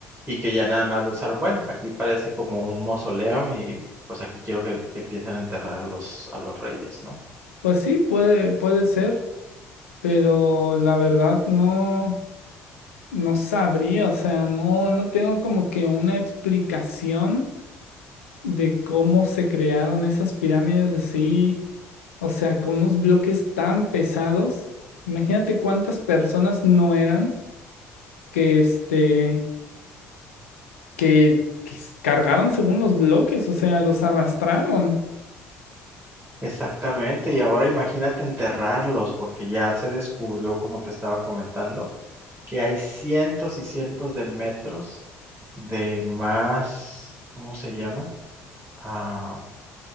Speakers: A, on the right (about 20°); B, on the left (about 85°).
A: y que ya nada más lo usaron. Bueno, aquí parece como un mausoleo y pues aquí quiero que, que empiecen a enterrar a los, a los reyes, ¿no?
B: Pues sí, puede, puede ser, pero la verdad no, no sabría, o sea, no, no tengo como que una explicación de cómo se crearon esas pirámides así, o sea, con unos bloques tan pesados. Imagínate cuántas personas no eran que este, que, que s- cargaron según los bloques, o sea, los arrastraron.
A: Exactamente, y ahora imagínate enterrarlos, porque ya se descubrió, como te estaba comentando, que hay cientos y cientos de metros de más, ¿cómo se llama? Ah,